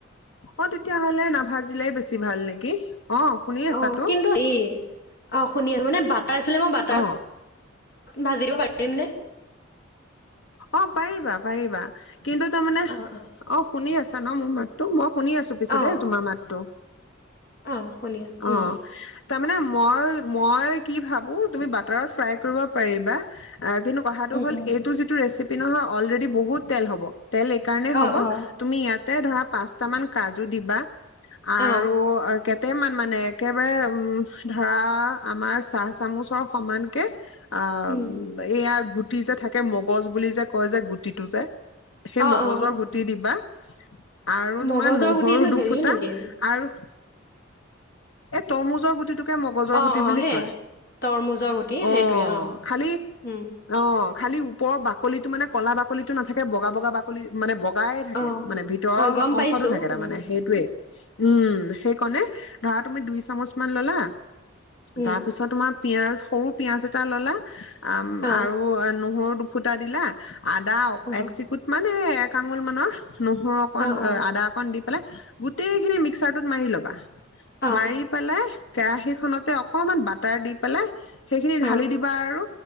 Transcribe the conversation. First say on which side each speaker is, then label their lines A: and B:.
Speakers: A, on the left (about 75°); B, on the left (about 50°).
A: অ তেতিয়াহ'লে নাভাজিলে বেছি ভাল নেকি অ শুনি আছাতো
B: অ কিন্তু এ অ শুনি মানে বাটাৰ আছিলে মই বাটাৰত
A: অ
B: ভাজি দিব পাৰিমনে
A: অ পাৰিবা পাৰিবা কিন্তু তাৰমানে
B: অ'
A: অ শুনি আছো জান মোৰ মাতটো মই শুনি আছো পিছে
B: অ'
A: দেই তোমাৰ মাতটো
B: অ শুনি
A: অ
B: আছোঁ উম
A: তাৰ মে মই মই কি ভাবো তুমি বাটাৰত ফ্ৰাই কৰিব পাৰিবা অ আজিনো কথাাটো
B: উম
A: হ'ল
B: উম
A: এইটো যিটো ৰেচিপি পি নহয় অলৰেডি বহুত তেল হ'ব তেল এই কাৰণে
B: অ'
A: হ'ব
B: অ'
A: তুমি ইয়াত তাতে ধৰা পাঁচটামান কাজু দিবা।
B: অ'
A: আৰু <unintelligible> মানে একেবাৰে উম ধৰা আমাৰ চাহ চামুচৰ সমানকে অ'
B: উম
A: এইয়া। গুটি যে থাকে, মগজ বুলি যে কয় যে, গুটিটো যে। সেই
B: অ'
A: মগজৰ
B: অ'
A: গুটি দিবা। আৰু
B: মগজৰ
A: তোমাৰ নহৰু
B: গুটিটো
A: দুফুটা
B: হেৰি নেকি
A: আৰু এই তৰমুজৰ গুটিটোকে মগজৰ
B: অ অ
A: গুটি বুলি
B: সেই
A: কয়
B: তৰমুজৰ গুটি
A: অ',
B: সেইটোৱে
A: খালি
B: উম
A: অ। খালি ওপৰৰ বাকলিটো মানে কলা বাকলিটো নাথাকে বগা বগা বাকলি মানে বগাই থাকে
B: অ
A: মানে ভিতৰৰ
B: অ গম পাইছোঁ
A: অংশতটো থাকে তাৰমানে
B: উম
A: সেইটোয়ে উম সেইকাৰণে ধৰা তুমি দুই চামুচমান ল'লা
B: উম
A: তাৰপিছত তোমাৰ পিয়াজ সৰু পিয়য়াজ এটা ল'লা।
B: অ
A: আৰু নহৰু ফুটা দিলা। আদা
B: অ
A: এক্সিকুট মান <unintelligible> আঙুল মানৰ নহৰু অকণ,
B: অ অ
A: আদা অকণ দি <unintelligible> গোটেইখিনি মিক্সাৰটোত মাৰি ল'বা।
B: অ
A: মাৰি পেলাই। কেৰাহী খনতে অকমান বাটাৰ দি পেলাই সেইখিনি ঢালি
B: অ
A: দিবা আৰু